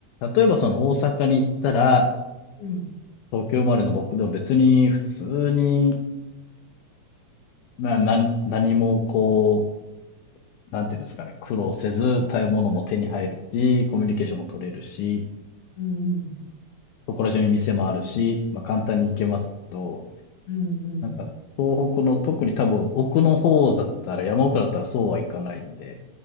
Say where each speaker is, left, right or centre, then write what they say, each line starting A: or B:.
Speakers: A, on the left (about 75°); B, on the left (about 55°).
A: 例えばその大阪に行ったら、
B: うん
A: 東京生まれの僕でも別に普通に、な、なん何もこう、なんていうんですかね、苦労せず、食べ物も手に入るし、
B: うん
A: コミュニケーションも取れるし、
B: うん
A: そこら中に店もあるし、まあ簡単に行けますけど、
B: うんうん
A: なんか東北の特に多分奥の方だったら、山奥だったらそうはいかないんで、